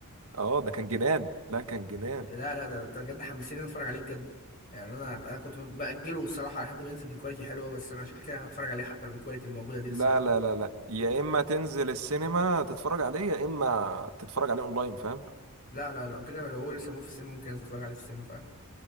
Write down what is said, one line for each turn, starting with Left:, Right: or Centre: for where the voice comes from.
Right: اه ده كان جنان لا كان جنان
Left: لا لا ده انت بجد حمسني إن أنا اتفرج عليه بجد يعني انا انا كنت باجله الصراحه لحد ما ينزل بكواليتي حلوه بس انا شكلي كده هتفرج عليه حتى لو بالكواليتي الموجوده دي
Right: لا
Left: لسه
Right: لا لا لا يا اما تنزل السينما تتفرج عليه يا اما تتفرج عليه اونلاين فاهم
Left: لا لا لو كده لو هو لسه موجود في السينما ممكن انزل اتفرج عليه في السينما فعلا